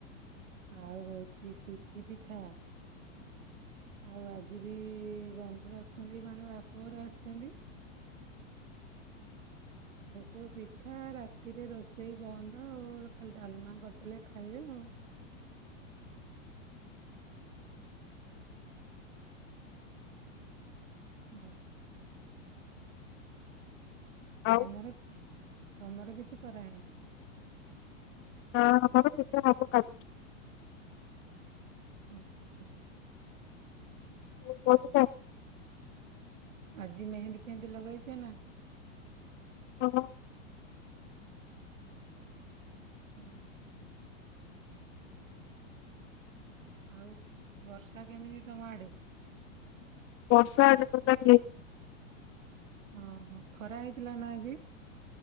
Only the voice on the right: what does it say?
ଆଉ ହଉଛି ସୁଜି ପିଠା। ଆଉ ଆଜି ବି ବନ୍ଧୁ ଆସିଛନ୍ତି ମାନେ ବାପଘର ଆସିଛନ୍ତି। ଏ ସବୁ ପିଠା ରାତିରେ ରୋଷେଇ ବନ୍ଦ ଆଉ ଖାଲି ଡାଲମା କରିଦେଲେ ଖାଇବେ ଆଉ। ହଁ।
ତମର ତମର କିଛି କରାହେଇନି।
ହଁ। ହଁ
ଆଜି ମେହେନ୍ଦୀ ଫେହେନ୍ଦି ଲଗେଇଛ ନା।
ହଁ। ହଁ ଆଉ ବର୍ଷା କେମିତି ତମ ଆଡେ।
ଓହୋ ଖରା ହେଇଥିଲା ନା ଆଜି‌।